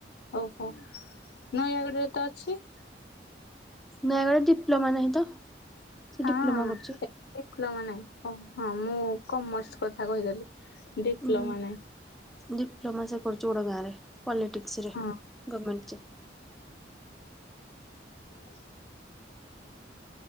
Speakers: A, on the left; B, in the centre.
A: ଓହୋ ନୟାଗଡରେ ତ ଅଛି।
B: ନୟାଗ଼ଡରେ ଡିପ୍ଲୋମା ନାହିଁ ତ? ସେ
A: ହଁ
B: ଡିପ୍ଲୋମା କରୁଛି।
A: ଡିପ୍ଳମା ନାଇଁ ଓ ହଁ ମୁଁ କମର୍ସ କଥା କହିଦେଲି। ଡିପ୍ଲୋମା
B: ଉଁ
A: ନାଇଁ।
B: ଡିପ୍ଲୋମା ସେ କରୁଛି ଓଡୋ ଗାଁରେ ପଲିଟିିକ୍ସରେ
A: ହଁ
B: ଗର୍ମେଣ୍ଟରେ।
A: ଏ।